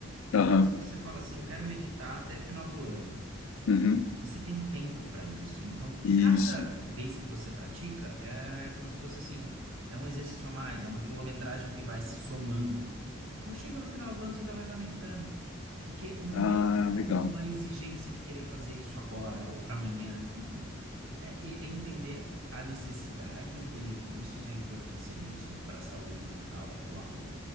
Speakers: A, on the right; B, on the left.
A: Agora,
B: Aham.
A: se você fala assim, eu quero meditar até final do ano,
B: Uhum.
A: você tem tempo para isso, então,
B: Isso.
A: cada vez que você pratica, é é como se fosse, assim, um, é um exercício a mais, é uma quilometragem que vai se somando então chega no final do ano, você já vai estar meditando. Porque não
B: Ah,
A: tem u-
B: legal.
A: uma exigência de querer fazer isso agora ou para amanhã. É, é- é entender a necessidade, os benefícios e a importância disso para a saúde mental atual.